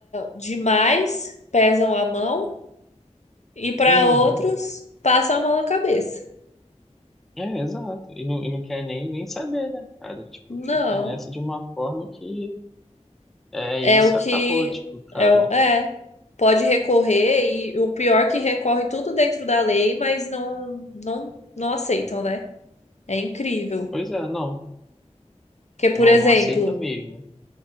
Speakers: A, on the left; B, in the centre.
A: demais, pesam a mão, e para
B: Uhum.
A: outros passam a mão na cabeça.
B: É, exato. E não, e não quer nem, nem saber, né, cara? Tipo,
A: Não,
B: fica nessa de uma forma que é
A: é
B: isso
A: o que
B: acabou, tipo, cara.
A: é, o- é, pode recorrer e o pior é que recorre tudo dentro da lei, mas não não não aceitam, né? É incrível.
B: Pois é, não,
A: Porque, por
B: não,
A: exemplo,
B: não aceita mesmo.